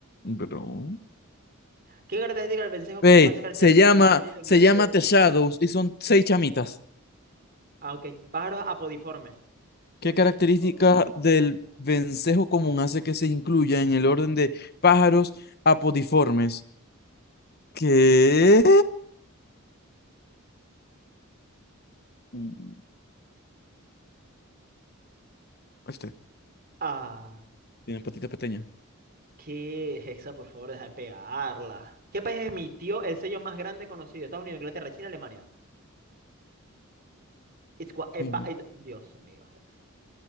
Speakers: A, on the left; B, on the right.
A: Bro.
B: ¿Qué característica del vencejo común
A: Ve,
B: hace que
A: se
B: se le
A: llama,
B: incluye en
A: se
B: el orden
A: llama
B: de
A: The
B: pájaros?
A: Shadows y son seis chamitas.
B: Ah, ok. Pájaros apodiformes. Sus
A: ¿Qué
B: pequeños
A: característica
B: ojos.
A: del vencejo común hace que se incluya en el orden de pájaros apodiformes? ¿Qué? Mm, Este,
B: Ah,
A: tiene patita pequeña.
B: ¿qué es esa? Por favor, deja de pegarla. ¿Qué país emitió el sello más grande conocido? Estados Unidos, Inglaterra, China, Alemania. It's gua- eh,
A: Fina.
B: ba- it- Dios mío, Hexa.